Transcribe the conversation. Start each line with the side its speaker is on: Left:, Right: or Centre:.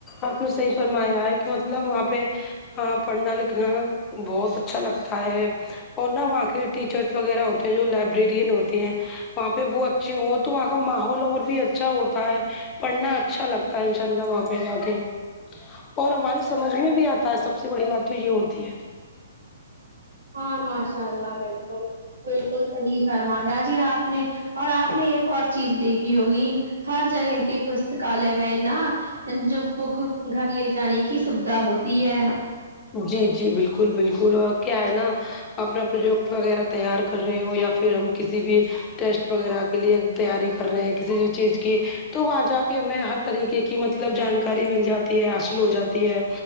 Left: آپ نے صحیح فرمایا ہے کہ مطلب وہاں پہ پڑھنا لکھنا بہت اچھا لگتا ہے اور نا وہاں کے ٹیچرس وغیرہ ہوتے ہیں جو لائبریرین ہوتی ہیں وہاں پہ وہ جی وہ تو وہاں کا ماحول اور بھی اچھا ہوتا ہے پڑھنا اچھا لگتا ہے ان شاء اللہ وہاں پہ جا کے اور ہماری سمجھ میں بھی آتا ہے سب سے بڑی بات تو یہ ہوتی ہے
Right: ہاں ماشاء اللہ بالکل بالکل صحیح فرمایا جی آپ نے اور آپ نے ایک اور چیز دیکھی ہوگی ہر جگہ کی پستکالیہ میں نا جو پک گھر لے جانے کی سودھا ہوتی ہے
Left: جی جی بالکل بالکل اور کیا ہے نا اپنا پروجیکٹ وغیرہ تیار کر رہے ہو یا پھر ہم کسی بھی ٹیسٹ وغیرہ کے لیے تیاری کر رہے ہیں کسی بھی چیز کی تو وہاں جا کے ہمیں ہر طریقے کی مطلب جانکاری مل جاتی ہے حاصل ہو جاتی ہے